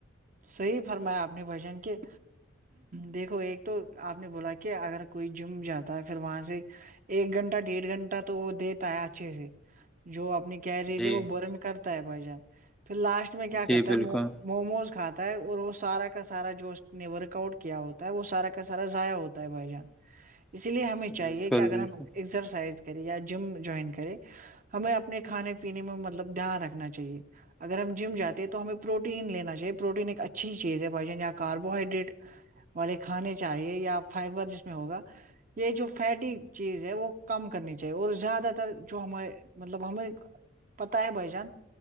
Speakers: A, on the right; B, in the centre.
A: صحیح فرمایا اپنے بجن کے دیکھو ایک تو آپ نے بولا کہ اگر کوئی جم جاتا ہے پھر وہاں سے ایک گھنٹہ ڈیڑھ گھنٹہ تو وہ دیتا ہے اچھے سے جو اپنی ریز
B: جی
A: ہے وہ برن کرتا ہے بھ جان پھر لاسٹ میں کیا
B: جی
A: کرتا ہے
B: بالکل
A: موموز کھاتا اور وہ سارا کا سارا جو اس نے ورک آؤٹ کیا ہوتا ہے وہ سارا کا سارا ضائع ہوتا ہے بھائی جان
B: <inaudible> <inaudible>
A: اسی لیے ہمیں
B: بالکل
A: چاہیے کہ اگر
B: بالکل
A: ہم ایکسرسائز کریں یا جم جوائن کرے ہمیں اپنے کھانے پینے میں مطلب دھیان رکھنا چاہیے اگر ہم جم جے ہیں تو ہمیں پروٹین لینا چاہیے پروٹین ایک اچھی چیز ہے وجہ یا کاربوہائیڈریٹ والے کھانے چاہیے یا فائبر جس میں ہوگا یہ جو فیٹی چیز ہے وہ کم کرنی چاہیے اور زیادہ تر جو ہمارے مطلب ہمیں <unintelligible> <unintelligible> پتا ہے بائی جان